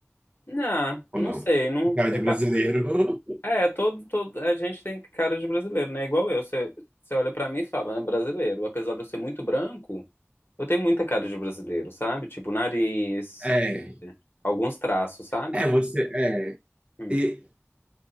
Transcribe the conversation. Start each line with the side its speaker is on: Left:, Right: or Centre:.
Left: Não,
Right: Ou
Left: não
Right: não?
Left: sei, não.
Right: O cara
Left: repa-
Right: de brasileiro. <laughs>
Left: É, todo, todo, a gente tem cara de brasileiro, né? Igual eu, você, você olha pra mim e fala, é brasileiro, apesar de eu ser muito branco. Eu tenho muita cara de brasileiro, sabe? Tipo, nariz,
Right: É,
Left: alguns traços, sabe?
Right: é,
Left: Que,
Right: você, é.
Left: hum,
Right: E